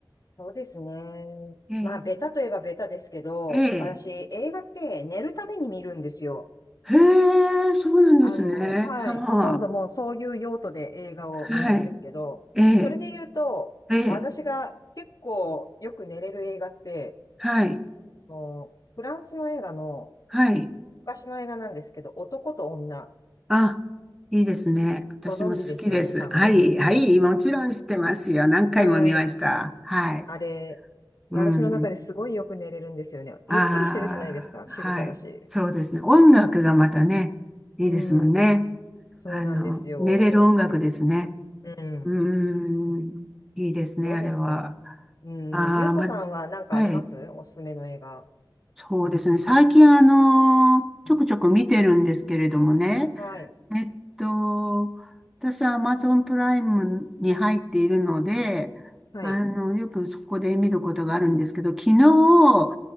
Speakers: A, on the left (about 45°); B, in the centre.
A: そうですね。
B: ええ。
A: まあ、ベタといえばベタですけど、
B: ええ。
A: 私、映画って寝るために見るんですよ。
B: へえ、そうなんですね。
A: あの、はい。
B: はあ、
A: ほとんどもうそういう用途で映画を見るんですけど、
B: はい。ええ。
A: それで言うと、
B: ええ。
A: 私が結構よく寝れる映画って、
B: はい。
A: あのフランスの映画の、
B: はい。
A: 昔の映画なんですけど、男と女、
B: あ、いいですね。私も好きです。
A: ご存知ですよね、多分。
B: はい。はい。もちろん知ってますよ。
A: <laughs>
B: 何回も見ました。
A: はい。
B: はい。
A: あれ、
B: うん。
A: 私の中ですごいよく寝れるんですよね。
B: ああ、
A: ゆっくりしてるじゃないですか。静かだし。
B: はい。そうですね。音楽がまたね、いいですもんね。
A: うん。そうなんですよ。
B: あの、寝れる音楽ですね。
A: うん。
B: うーん、いいですね、
A: どうですかうん。
B: あれは。ああ、
A: ゆうこさんは何かありますおすすめの映画。
B: ま、はい、そうですね。最近、あの、ちょくちょく見てるんですけれどもね。
A: うんはい。
B: えっと、私は Amazon プライムに入っているので、
A: はい。
B: あの、よくそこで見ることがあるんですけど、昨日、